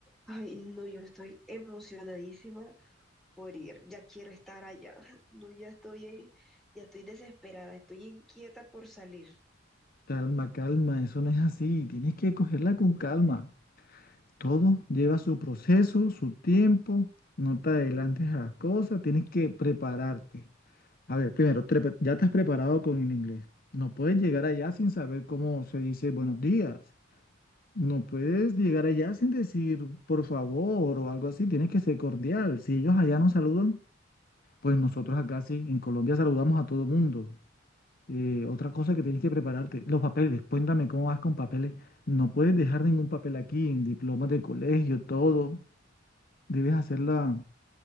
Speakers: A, in the centre; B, on the left.
A: Ay, no, yo estoy emocionadísima por ir. Ya quiero estar allá. <laughs> No, ya estoy, eh, ya estoy desesperada, estoy inquieta por salir.
B: Calma, calma, eso no es así. Tienes que cogerla con calma. Todo lleva su proceso, su tiempo. No te adelantes a las cosas. Tienes que prepararte. A ver, primero, te pre- ya te has preparado con el inglés. No puedes llegar allá sin saber cómo se dice buenos días. No puedes llegar allá sin decir por favor o algo así. Tienes que ser cordial. Si ellos allá no saludan, pues nosotros acá sí, en Colombia saludamos a todo mundo. Eh, otra cosa que tienes que prepararte, los papeles, cuéntame cómo vas con papeles. No puedes dejar ningún papel aquí, en diplomas de colegio, todo. Debes hacer la,